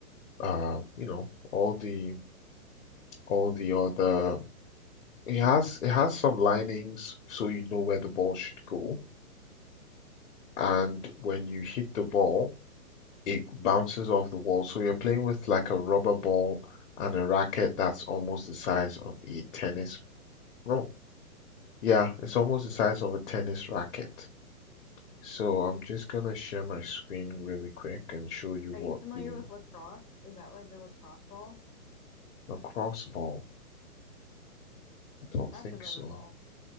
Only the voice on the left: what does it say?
uh, you know, all the all the other. It has it has some linings so you know where the ball should go. And when you hit the ball, it bounces off the wall. So you're playing with like a rubber ball and a racket that's almost the size of a tennis. No, yeah, it's almost the size of a tennis racket. So I'm just gonna share my screen really quick and show you
what
the
lacrosse ball. I don't
think
so.